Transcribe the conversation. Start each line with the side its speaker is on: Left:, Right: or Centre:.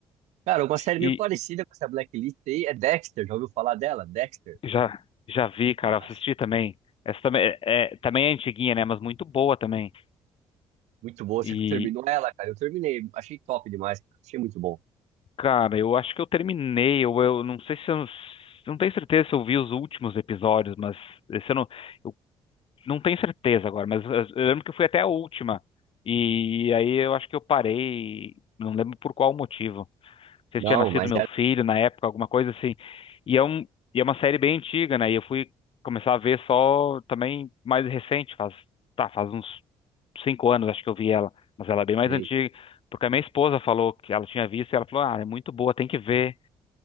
Right: Cara, uma série
Left: E
Right: meio parecida com essa Blacklist aí é Dexter. Já ouviu falar dela? Dexter?
Left: já, já vi, cara,
Right: Mas,
Left: assisti também. Essa também é, é- também é antiguinha, né? Mas muito boa também.
Right: muito boa.
Left: E,
Right: Você terminou ela, cara? Eu terminei. Achei top demais. cara. Achei muito bom.
Left: Cara, eu acho que eu terminei, ou eu não sei se eu não tenho certeza se eu vi os últimos episódios, mas esse eu não, eu não tenho certeza agora, mas eu eu lembro que eu fui até a última. E aí eu acho que eu parei, não lembro por qual motivo sei
Right: Não,
Left: se tinha nascido
Right: mas
Left: meu
Right: era.
Left: filho na época, alguma coisa assim. E é um, e é uma série bem antiga, né? E eu fui começar a ver só também mais recente, faz, tá, faz uns cinco anos acho que eu vi ela, mas ela é bem mais
Right: e,
Left: antiga, porque a minha esposa falou que ela tinha visto e ela falou, ah, é muito boa, tem que ver.